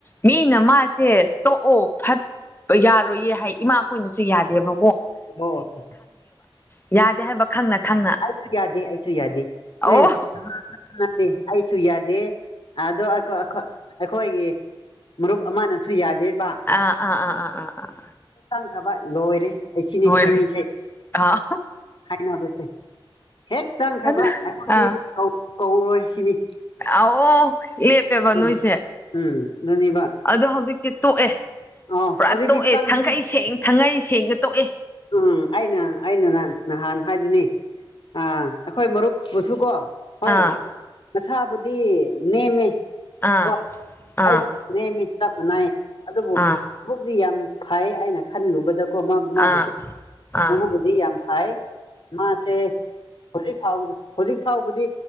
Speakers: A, on the left; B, on the left.
A: ꯃꯤꯅ ꯃꯥꯁꯦ꯫ ꯑꯣ-ꯑꯣ ꯐꯠ ꯌꯥꯔꯣꯏꯌꯦ ꯍꯥꯏ ꯏꯃꯥ ꯈꯣꯏꯅꯁꯨ ꯌꯥꯗꯦꯕ꯫
B: ꯑꯣ ꯑꯩꯁꯨ
A: ꯌꯥꯗꯦ ꯍꯥꯏꯕ ꯈꯪꯅ ꯈꯪꯅ
B: ꯑꯩꯁꯨꯨ ꯌꯥꯗꯦ ꯑꯩꯁꯨꯨ ꯌꯥꯗꯦ꯫
A: ꯑꯣ
B: ꯎꯝ ꯌꯥꯗꯦ꯫ ꯑꯩꯁꯨ ꯌꯥꯗꯦ ꯑꯗꯣ ꯑꯩꯈꯣꯏꯒꯤ ꯃꯔꯨꯞ ꯑꯃꯅꯁꯨ ꯌꯥꯗꯦ꯫ ꯗꯦꯕ꯫
A: ꯑꯥ ꯑꯥ ꯑꯥ ꯑꯥ ꯑꯥ ꯑꯥ
B: ꯐꯕ ꯂꯣꯏꯔꯦ ꯑꯁꯤꯅꯤ
A: ꯂꯣꯏꯔꯦ
B: ꯑꯩꯈꯣꯏꯅꯤꯁꯦ
A: ꯑꯥ
B: ꯍꯥꯏꯅꯕꯁꯦ꯫ ꯍꯦꯛ ꯆꯪꯈ꯭ꯔꯕ
A: ꯑꯗꯨ
B: ꯑꯩꯗꯤ
A: ꯑꯥ
B: ꯀꯧꯔꯣꯏ ꯁꯤꯅꯤ꯫
A: ꯑꯣ꯫ ꯂꯦꯞꯄꯦꯕ
B: ꯑꯗꯨꯅ
A: ꯅꯣꯏꯁꯦ
B: ꯎꯝ ꯑꯗꯨꯅꯦꯕ
A: ꯑꯗꯣ ꯍꯧꯖꯤꯛꯇꯤ ꯇꯣꯛꯑꯦ꯫
B: ꯑꯣ
A: ꯄꯨꯔꯥ
B: ꯍꯧꯖꯤꯛꯇꯤ
A: ꯇꯣꯛꯑꯦ
B: ꯆꯪꯈ꯭ꯔꯅꯤ
A: ꯊꯥꯡꯈꯩ ꯁꯦꯡ-ꯊꯥꯡꯈꯩ ꯁꯦꯡꯅ ꯇꯣꯛꯑꯦ꯫
B: ꯎꯝ ꯑꯩꯅ-ꯑꯩꯅ ꯅꯥꯟ ꯅꯍꯥꯟ꯫ ꯍꯥꯏꯗꯨꯅꯤ ꯑ ꯑꯩꯈꯣꯏ ꯃꯔꯨꯞꯄꯨꯁꯨ ꯀꯣ ꯍꯣꯏ꯫
A: ꯑꯥ
B: ꯃꯁꯥꯕꯨꯗꯤ ꯅꯦꯝꯃꯦ꯫
A: ꯑꯥ
B: ꯀꯣ
A: ꯑꯥ
B: ꯑꯩ ꯅꯦꯝꯃꯤ ꯆꯞ ꯃꯅꯩ ꯑꯗꯨꯕꯨ
A: ꯑꯥ
B: ꯄꯨꯛꯇꯤ ꯌꯥꯝ꯫ ꯐꯩ ꯑꯩꯅ ꯈꯜꯂꯨꯕꯗꯀꯣ ꯃꯥꯕꯨꯁꯨ
A: ꯑꯥ ꯑꯥ
B: ꯃꯕꯨꯛꯄꯨꯗꯤ ꯌꯥꯝ ꯐꯩ꯫ ꯃꯥꯁꯦ ꯍꯧꯖꯤꯛ ꯐꯥꯎꯕ-ꯍꯧꯖꯤꯛ ꯐꯥꯎꯕꯗꯤ